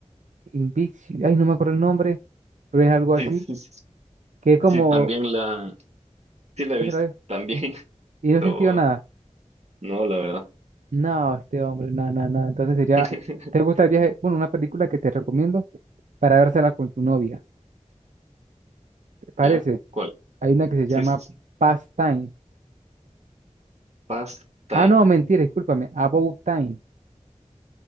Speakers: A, on the right; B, on the right.
A: Invicios, ay, no me acuerdo el nombre, pero es algo
B: Sí,
A: así,
B: sí, sí.
A: que es como,
B: Sí, también la, sí la he
A: ¿qué
B: visto,
A: será?
B: también,
A: Y,
B: <laughs>
A: y
B: pero
A: no he sentido nada.
B: no, la verdad.
A: No, este hombre, nada, nada, nada. Entonces sería,
B: <laughs>
A: ¿te gusta el viaje? Bueno, una película que te recomiendo para vérsela con tu novia. ¿Te parece?
B: ¿Ya? ¿Cuál?
A: Hay una que se llama
B: Sí, sí, sí.
A: Past Time.
B: Past time.
A: Ah, no, mentira, discúlpame. About Time.